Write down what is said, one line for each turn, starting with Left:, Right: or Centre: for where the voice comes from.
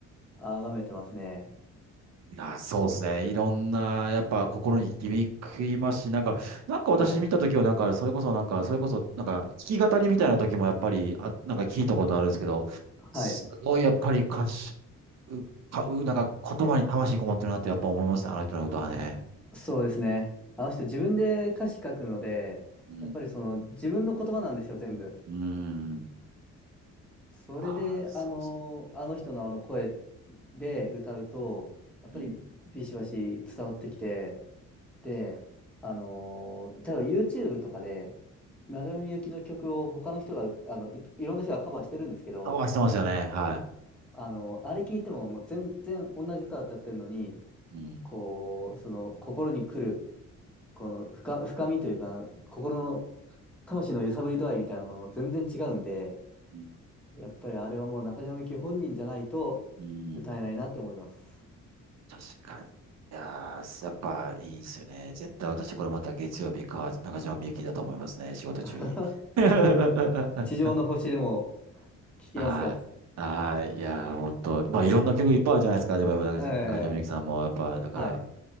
Centre: 崇めてますね。
Right: いや、そうですね。いろんな、やっぱ心に響きますし、なんか、
Centre: <laughs> あはい。
Right: なんか私見たときは、なんか、それこそ、なんか、それこそ、なんか、弾き語りみたいな時も、やっぱり、あ、なんか聞いたことあるんですけど、すごい、
Centre: はい。
Right: やっぱり歌詞、う、か、う、なんか、言葉に魂こもってるなって、やっぱ思いますね、あの人の歌はね。
Centre: あそうですね。あの人自分で歌詞書くので、
Right: うん。
Centre: やっぱりその自分の言葉なんですよ、全部。
Right: うん。
Centre: それで、
Right: ああ、
Centre: あの、あの人のあの声で歌うと、やっぱりビシバシ伝わってきて、
Right: うん。
Centre: で、あのー、例えば YouTube とかで、村上由紀の曲を他の人が、あの、い、いろんな人がカバーしてるんですけど、
Right: パワーしてますよね。は
Centre: あの、あれ聞いてももう全然同じ歌を歌ってるのに、
Right: い。うん。
Centre: こう、その心に来る、この深、深みというか、心の魂の揺さぶり度合いみたいなのがもう全然違うんで、
Right: うん。
Centre: やっぱりあれはもう中島みゆき本人じゃないと
Right: うん
Centre: 歌えないなって思います。
Right: 確かに。いやー、やっぱいいですよね。絶対私これまた月曜日か、中島みゆきだと思いますね。
Centre: あ
Right: 仕事中に。
Centre: <laughs>
Right: <laughs> は
Centre: 地上の星でも聞きますか
Right: い。はい。いやー、本当。まあ、いろんな曲いっぱいあるじゃないですか。でもやっぱ中島中島みゆきさんも、
Centre: ええ
Right: やっぱ、だから、
Centre: はい。